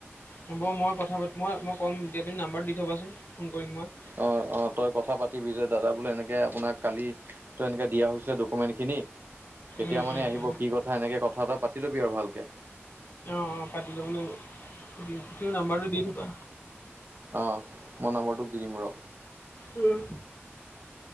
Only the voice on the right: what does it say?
অ অ তই কথা পাতিবি যে দাদা বোলে এনেকে আপোনাক কালি ত এনেকে দিয়া হৈছিলে ডকোমেণ্ট খিনি কেতিয়া
মানে
আহিব
কি কথা এনেকে কথা এটা পাতি ল'বি আৰু ভালকে
অঁ মই নাম্বাৰটো দি দিম ৰ